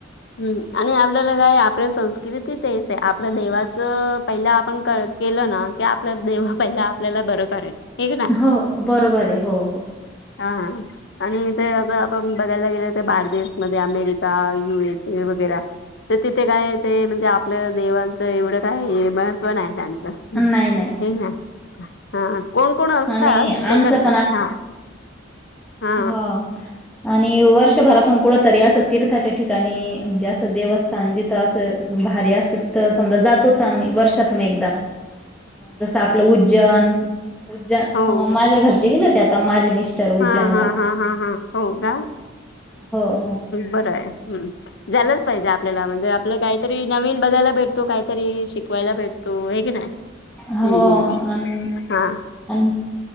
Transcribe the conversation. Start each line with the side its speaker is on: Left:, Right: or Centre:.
Left: हम्म आणि आपल्याला काय आपल्या संस्कृतीती तेच आहे आपल्या देवाचं पहिला आपण क केलं ना की आपलं देव पहिला आपल्याला बरं करेल ऐक ना
Centre: हो बरोबर आहे हो हो
Left: हा आणि ते असं आपण बघायला गेले तर बारदेशमध्ये अमेरिका यू एस वगैरे तर तिथे काय ते म्हणजे आपलं देवांचं एवढं काय महत्त्व नाही त्यांचं
Centre: नाही नाही
Left: हे ना हा कोण कोण असतात
Centre: आणि आमचं
Left: ते करतात हा हा
Centre: हं आणि वर्षभरातून कुठंतरी असं तिर्थाच्या ठिकाणी म्हणजे असं देवस्थ जिथं असं भारी असतं तिथं समजा जातोच आम्ही वर्षातून एकदा
Left: हा
Centre: जसं आपलं उज्जैन उज्जैन
Left: हो
Centre: माझ्या घरचे गेलं ते आता माझे मिस्टर उज्जैनला.
Left: हा हा हा हा हा हो काय
Centre: हो हो
Left: बरं आहे झालाच पाहिजे आपल्याला म्हणजे आपलं काहीतरी नवीन बघायला भेटतो काहीतरी शिकवायला भेटतो हे की नाही
Centre: हो
Left: हम्म
Centre: अन
Left: हा
Centre: अन